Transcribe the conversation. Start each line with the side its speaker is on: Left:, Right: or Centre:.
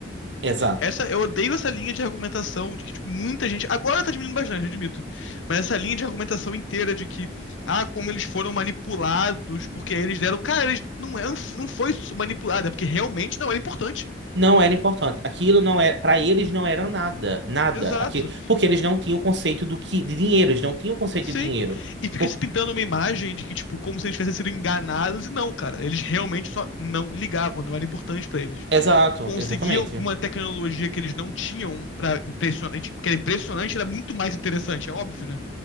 Right: Exato.
Left: Essa, eu odeio essa linha de argumentação de que tipo, muita gente. Agora tá diminuindo bastante, admito. Mas essa linha de argumentação inteira de que, ah, como eles foram manipulados, porque eles deram. Cara, eles não, é, não foi manipulado, é porque realmente não era importante.
Right: Não era importante. Aquilo não é, para eles não era nada, nada.
Left: Exato.
Right: Aqui, porque eles não tinham o conceito do que de dinheiro, eles não tinham o conceito
Left: Sim,
Right: de dinheiro.
Left: e fica
Right: Por-
Left: se pintando uma imagem de que, tipo, como se eles tivessem sido enganados, e não, cara, eles realmente só não ligavam, não era importante pra eles.
Right: exato,
Left: Conseguir
Right: exatamente.
Left: alguma tecnologia que eles não tinham para impressionante, que era impressionante, era muito mais interessante, é óbvio, né?